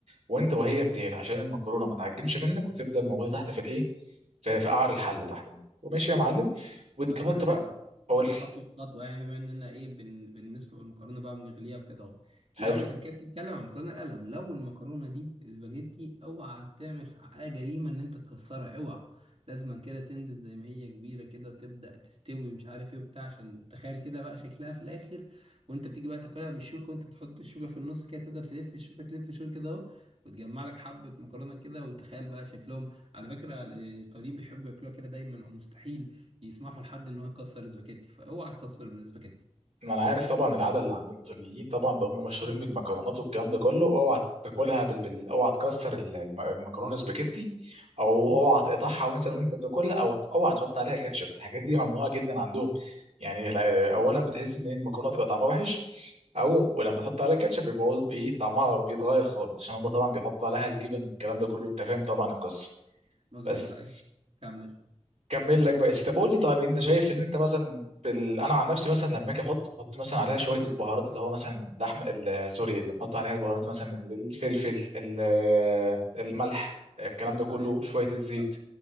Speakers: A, on the right; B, on the right.
A: وانت وهي بتغلي عشان المكرونه ما تعجنش منك وتفضل موجوده تحت في الايه في في قعر الحله تحت منك وماشي يا معلم وتحط
B: أقول لك على حاجة
A: بقى قول لي
B: خطوة بخطوة يعني بما اننا ايه بن... بنسلق المكرونة بقى بنغليها وكده اهو لو
A: حلو
B: انت كده بتتكلم عن مكرونة قلم لو المكرونة دي اسباجيتي اوعى تعمل في حقها جريمة ان انت تكسرها اوعى لازما كده تنزل زي ما هي كبيرة كده وتبدأ تستوي مش عارف ايه وبتاع عشان تخيل كده بقى شكلها في الاخر وانت بتيجي بقى تاكلها بالشوكة وانت بتحط الشوكة في النص كده تفضل تلف الشوكة تلف الشوكة كده اهو وتجمع لك حبة مكرونة كده وتخيل بقى شكلهم على فكرة الإيطاليين بيحبوا ياكلوها كده دايما او مستحيل يسمحوا لحد ان هو يكسر الاسباجيتي فاوعى تكسر الاسباجيتي
A: ما انا عارف طبعا العاده اللي عند الايطاليين طبعا ده هم مشهورين بالمكرونات والكلام ده كله اوعى تاكلها بال... بال... اوعى تكسر ال- الم- المكرونه سباجيتي او اوعى تقطعها مثلا وانت بتاكلها او اوعى تحط عليها كاتشب الحاجات دي ممنوعه جدا عندهم يعني لا- اولا بتحس ان المكرونه تبقى طعمها وحش او ولما تحط عليها كاتشب بيبقى بي... طعمها بيتغير خالص عشان هم طبعا بيحطوا عليها الجبن والكلام ده كله انت فاهم طبعا القصه
B: مظبوط
A: بس
B: ايوه كمل
A: كمل لك بقى طب قول لي طيب انت شايف ان انت مثلا بال... انا عن نفسي مثلا لما اجي احط بحط مثلا عليها شويه البهارات اللي هو مثلا اللحم ال- سوري اللي بحط عليها البهارات مثلا الفلفل ال- الملح الكلام
B: ملح
A: ده كله شويه الزيت
B: آه.